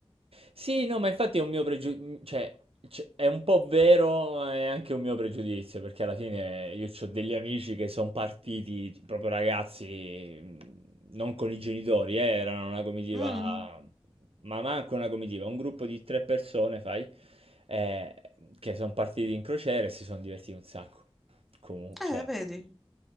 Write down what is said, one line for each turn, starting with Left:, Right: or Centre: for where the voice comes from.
Right: Sì, no, ma infatti è un mio pregiudizio, cioè, c- è un po' vero, ma è anche un mio pregiudizio, perché alla fine io ho degli amici che sono partiti proprio ragazzi, mh, non con i genitori, eh, erano una comitiva,
Centre: Mm,
Right: ma manco una comitiva, un gruppo di tre persone, fai, eh, che sono partiti in crociera e si sono divertiti un sacco. Comunque,
Centre: eh,
Right: cioè,
Centre: vedi.